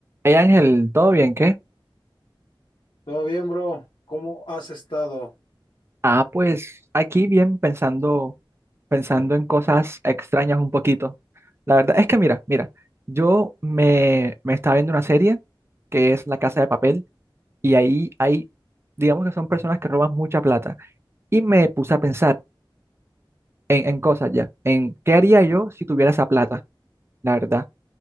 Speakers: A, on the right (about 30°); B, on the left (about 65°).
A: Hey Ángel, ¿todo bien? ¿Qué?
B: Todo bien, bro. ¿Cómo has estado?
A: Ah, pues aquí bien pensando, pensando en cosas extrañas un poquito. La verdad es que mira, mira, yo me, me estaba viendo una serie que es La Casa de Papel y ahí hay, digamos que son personas que roban mucha plata y me puse a pensar en, en cosas ya, en qué haría yo si tuviera esa plata, la verdad.